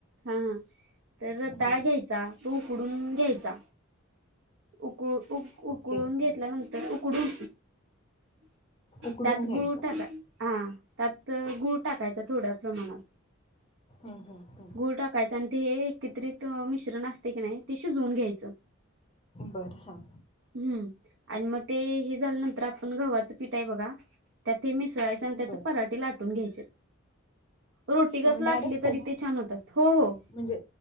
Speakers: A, on the right (about 60°); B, on the left (about 25°).
A: ह तर रताळं
B: हा
A: घ्यायचा, तो उकडून घ्यायचा. उकळू उक उकळून
B: ओके
A: घेतल्यानंतर
B: हा
A: उकडून.
B: उकडून
A: त्यात
B: घ्यायचं
A: गुळू टाका हा त्यात तर गुळ टाकायचा थोड्या प्रमाणात.
B: हम्म हम्
A: गूळ टाकायचा आणि ते हे एकत्रित मिश्रण असते की नाही ते शिजवून घ्यायचं.
B: बरं हां
A: हं. आणि मग ते हे झाल्यानंतर आपण गव्हाचं पीठ आहे बघा त्यात हे मिस ळायच आणि त्याचे
B: बर
A: पराठे लाटून घ्यायचे. रोटीगत लाटली
B: डायरेक्टच
A: तरी ते छान होतात हो हो.
B: म्हणजे